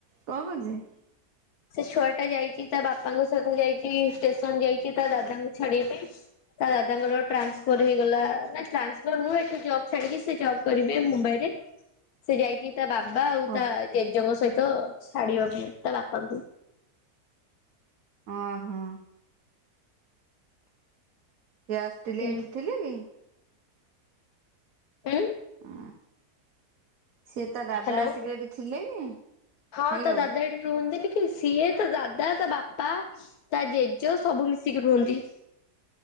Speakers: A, on the right (about 60°); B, on the left (about 75°).
A: କଣ କରୁଛି?
B: ସେ ଛୁଆ ଟା ଯାଇଛି ତା ବାପାଙ୍କ ସହିତ ଯାଇଛି ଷ୍ଟେସନ ଯାଇଛି ତା ଦାଦାଙ୍କୁ ଛାଡିବା ପାଇଁ। ତା ଦାଦାଙ୍କର ଟ୍ରାନ୍ସଫର ହେଇଗଲା ନା ଟାନ୍ସଫର ନୁହେଁଠି ଜବ୍ ଛାଡିକି ସେ ଜବ କରିବେ ମୁମ୍ବାଇରେ ସେ ଯାଇକି ତା ବାବା ଆଉ
A: ଓ
B: ତା ଜେଜେଙ୍କ ସହିତ ଛାଡିବାକୁ ଯାଇଚି ତା ବାପାଙ୍କୁ।
A: ଓହୋ। ସିଏ ଆସିଥିଲେ
B: ହୁଁ।
A: ଏଠି ଥିଲେ କି?
B: ଉଁ
A: ଅ ସିଏ ତା ଦାଦା
B: ହ୍ୟାଲୋ
A: ଆସିକି ଏଠି ଥିଲେ ହ୍ୟାଲୋ।
B: ହଁ ତା ଦାଦା ଏଠି ରୁହନ୍ତିନି କି ସିଏ, ତା ଦାଦା, ତା ବାପା, ତା ଜେଜ ସବୁ ମିଶିକି ରୁହନ୍ତି।